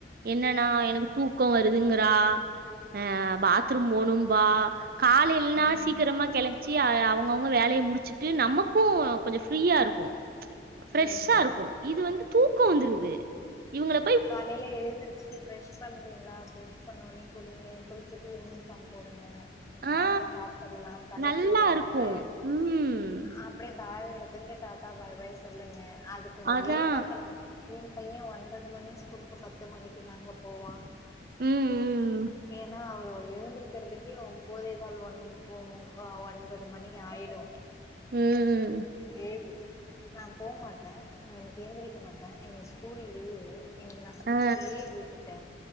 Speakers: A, on the right; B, on the left.
A: என்னன்னா எனக்கு தூக்கம் வருதுங்குற அ பாத்ரூம் போணும்பா காலைல்னா
B: ம் ம்
A: சீக்கிரமா கெளம் ச்சி அ அவுங்கவுங்க வேலைய முடிச்சுட்டு நமக்கும் கொஞ்சம் ஃப்ரீயா இருக்கும் ஃப்ரெஷ்ஷா
B: ம்
A: இருக்கும் இது வந்து தூக்கம் வந்துருது இவுங்கள
B: காலைல எழுந்துருச்சி ப்ரெஷ் பண்றீங்களா ப்ரெஷ் பண்ணவுன்னே குளிங்க குளிச்சுட்டு யூனிஃபார்ம் போடுங்க வாங்க
A: ஆ
B: சாப்ட்ல்லாம் தல
A: நல்லா
B: சீவி விட்ற
A: இருக்கு ம்
B: அப்டியே பேக் எடுத்துட்டு டாட்டா பாய் பாய் சொல்லுங்க அது கொஞ்சம்
A: அதா
B: லேட்டா கெளம்புனா என் பையன் ஒன்பது மணி ஸ்கூலுக்கு பத்து மணிக்கு தாங்க போவான்
A: ம்ம்ம்
B: ஏன்னா அவ எழுந்திரிக்கறதுக்கே ஒம்போதே கால் ஒன் ஒன் ஒன்பது மணி ஆயிடு
A: உம்
B: எழுப்பி நா போ மாட்டே நா இன்னக்கி எந்திரிக்க மாட்டே எனக்கு ஸ்கூல் லீவு இன்னிக்கி நா ஸ்கூலுக்கு
A: ஆ
B: லீவ் விட்டுட்ட